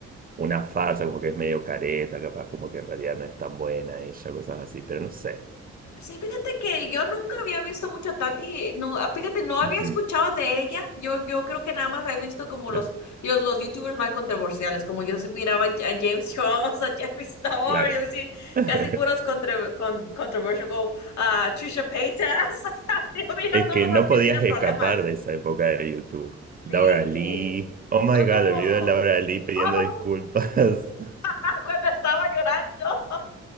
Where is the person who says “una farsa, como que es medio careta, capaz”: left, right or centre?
Right